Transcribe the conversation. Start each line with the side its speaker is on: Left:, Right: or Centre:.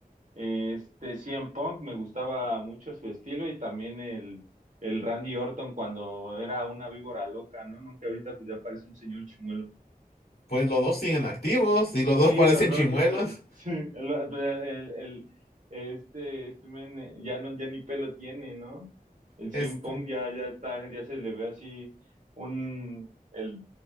Right: eh, este CM Punk me gustaba mucho su estilo y también el, el Randy Orton cuando era una víbora loca, ¿no? ¿No? Que ahorita pues ya parece un señor chimuelo.
Left: Pues los dos siguen activos y los dos
Right: Sí,
Left: parecen
Right: los dos
Left: chimuelos.
Right: siguen. al- <laughs> Sí, el, pues, el- el- este, este men eh, ya no, ya ni pelo tiene, ¿no? El
Left: Este,
Right: CM Punk ya, ya está, ya se le ve así un, el,